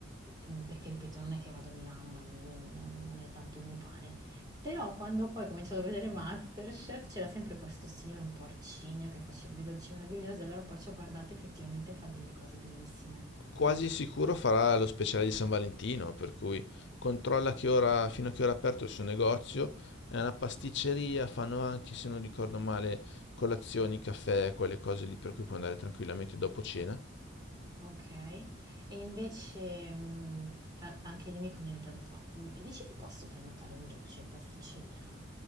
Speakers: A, on the right; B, on the left.
A: Mm, Perché, ripeto, non è che vado a Milano, non, non- non è tanto il mio pane. Però quando poi ho cominciato a vedere Masterchef c'era sempre questo signore un po' arcigno che faceva dei dolci meravigliosi, allora poi ci ho guardato effettivamente fa delle cose bellissime.
B: Quasi sicuro farà lo speciale di San Valentino, per cui controlla che ora, fino a che ora è aperto il suo negozio. È una pasticceria, fanno anche, se non ricordo male, colazioni, caffè, quelle cose lì per cui puoi andare tranquillamente dopo cena.
A: Okay. E invece, mhmm, a anche lì mi conviene prenota mhmm, dici che posso prenotare un dolce in pasticceria?